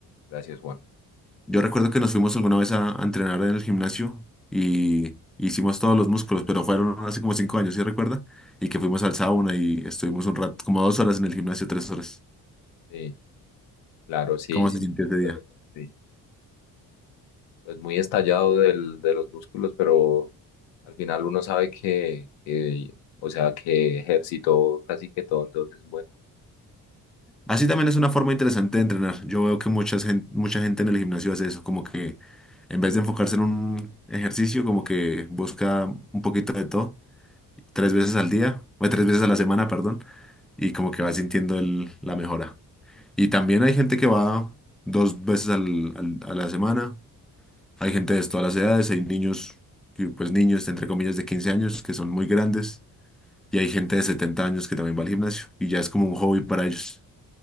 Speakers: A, on the left (about 75°); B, in the centre.
A: Gracias, Juan.
B: Yo recuerdo que nos fuimos alguna vez a, a entrenar en el gimnasio y hicimos todos los músculos, pero fueron hace como cinco años, ¿sí recuerda? Y que fuimos al sauna y estuvimos un rato, como dos horas en el gimnasio, tres horas.
A: Sí, claro, sí.
B: ¿Cómo se
A: sí.
B: sintió ese día?
A: sí. pues muy estallado del- de los músculos, pero al final uno sabe que, que, o sea, que ejercitó casi que todo, entonces, bueno,
B: Así también es una forma interesante de entrenar. Yo veo que mucha gente, mucha gente en el gimnasio hace eso, como que en vez de enfocarse en un ejercicio, como que busca un poquito de todo, tres veces al día, o tres veces a la semana, perdón, y como que va sintiendo el- la mejora. Y también hay gente que va dos veces al- al- a la semana. Hay gente de todas las edades. Hay niños, que, pues niños, entre comillas, de 15 años que son muy grandes. Y hay gente de 70 años que también va al gimnasio. Y ya es como un hobby para ellos.